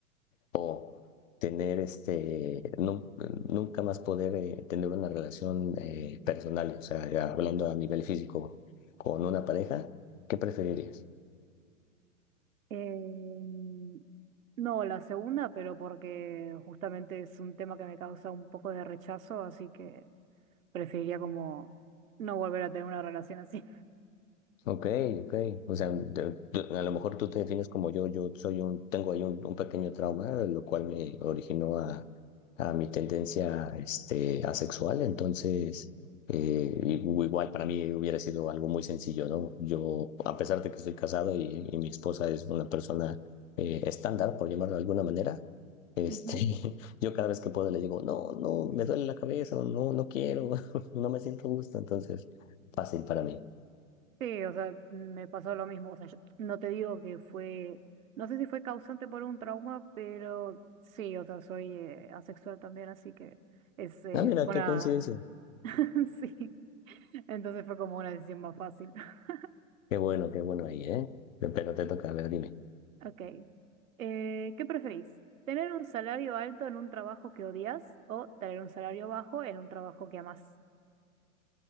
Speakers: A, on the left; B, on the right.
A: o tener este, nu- nunca más poder eh, tener una relación eh, personal, o sea, ya hablando a nivel físico con una pareja, ¿qué preferirías?
B: Em, no, la segunda, pero porque justamente es un tema que me causa un poco de rechazo, así que preferiría como no volver a tener una relación así.
A: Ok, ok. O sea, de- de- a lo mejor tú te defines como yo, yo soy un, tengo ahí un, un pequeño trauma, lo cual me originó a, a mi tendencia, este, asexual. Entonces, eh, igu- igual para mí hubiera sido algo muy sencillo, ¿no? Yo, a pesar de que estoy casado y, y mi esposa es una persona, eh, estándar, por llamarlo de alguna manera, este,
B: <laughs> Ujú.
A: <laughs> yo cada vez que puedo le digo, no, no, me duele la cabeza, o no, no quiero, <laughs> no me siento a gusto. Entonces, fácil para mí.
B: Sí, o sea, me pasó lo mismo. O sea, yo no te digo que fue, no sé si fue causante por un trauma, pero sí, o sea, soy eh, asexual también, así que es, eh,
A: Ah, mira,
B: fue
A: qué
B: una,
A: coincidencia.
B: <laughs> sí, entonces fue como una decisión más fácil. <laughs>
A: Qué bueno, qué bueno ahí, ¿eh? Pero te toca, a ver, dime.
B: Ok, Eh, ¿qué preferís? ¿Tener un salario alto en un trabajo que odias o tener un salario bajo en un trabajo que amas?